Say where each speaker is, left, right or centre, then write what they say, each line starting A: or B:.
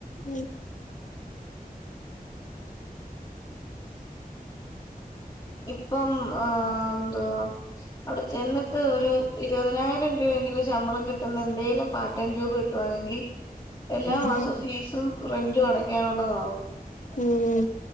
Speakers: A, on the left; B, on the left.
A: ഉം
B: ഇപ്പം ആ എന്തുവാ അവിടെ ചെന്നിട്ട് ഒരു ഇരുപതിനായിരം രൂപയെങ്കിലും ശമ്പളം കിട്ടുന്ന എന്തേലും പാർടൈം ജോബ് കിട്ടുവാണെങ്കി
A: ഉം
B: എല്ലാ മാസവും ഫീസും റെന്റും അടക്കാനുള്ളതാവും
A: ഉം